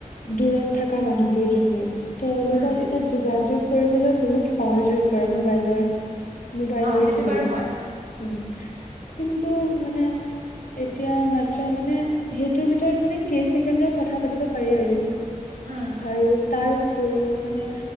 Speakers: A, on the left; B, on the right.
A: দূৰত থাকা মানুহবোৰ যোনবোৰ তেওঁলোকত
B: উম
A: এতিয়া যোগাযোগ কৰিবলৈ বহুত সহজ হৈ পৰে মোবাইলত। মোবাইলৰ
B: অ সেইটো
A: যোগেদি
B: বাৰু হয়
A: উম কিন্তু মানে এতিয়া মাত্ৰ মানে সেইটোৰ ভিতৰত মানে কেই ছেকেণ্ডৰ কথা পাতিব পাৰি আৰু।
B: উম
A: আৰু তাৰ কৰিও মানে